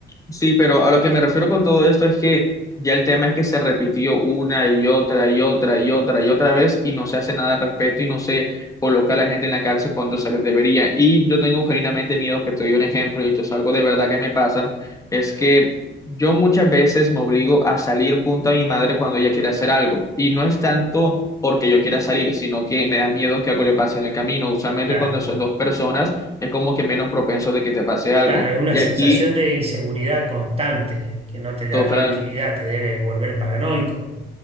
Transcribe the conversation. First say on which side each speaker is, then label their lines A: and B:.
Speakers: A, on the left; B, on the right.
A: Sí, pero a lo que me refiero con todo esto es que ya el tema es que se repitió una y otra y otra y otra y otra vez y no se hace nada al respecto y no se coloca a la gente en la cárcel cuando se les debería. Y yo tengo genuinamente miedo, que te doy un ejemplo, y esto es algo de verdad que me pasa, es que yo muchas veces me obligo a salir junto a mi madre cuando ella quiere hacer algo. Y no es tanto porque yo quiera salir, sino que me da miedo que algo le pase en el camino. Usualmente
B: Claro,
A: cuando son dos personas es como que menos propenso de que te pase algo.
B: claro, es una
A: Y
B: sensación
A: aquí...
B: de inseguridad constante que no te da
A: Total.
B: tranquilidad, te debe volver paranoico.